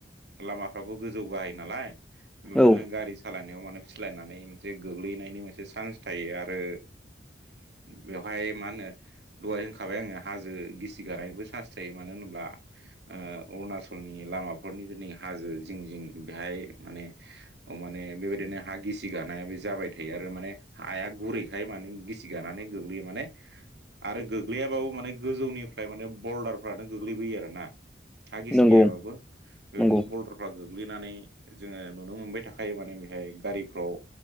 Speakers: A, on the right (about 70°); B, in the centre.
A: लामाफ्राबो गोजौ गाहायो नालाय बेदिनो
B: औ
A: गारि सालाय फलायनानै मोनसे गोग्लैनायनि मोनसे सान्स थायो आरो बेवहाय मा होनो दहाय होनखाबाय आङो हाजो गिसि गारानायबो चान्स थायो मानो होनोब्ला अरुणाचलनि लामाफोरनि दिनै हाजो जिं जिं बेहाय माने माने म बेबायदिनो हा गिसि गानाया बे जाबाय थायो आरो माने हाया गुरैखाय मान गिसि गानानै <unintelligible> माने आरो गोग्लैयाबाबो माने गोजौनिफ्राय माने बरडारफ्रानो गोग्लैबोयो आरोना हा गिसि
B: नंगौ
A: गाबाबो बेबायदिनो
B: नंगौ
A: बरडारफ्रा गो ग्लैनानै जोङो नुनो मोनबाय थाखायो माने बेहाय गारिफ्राव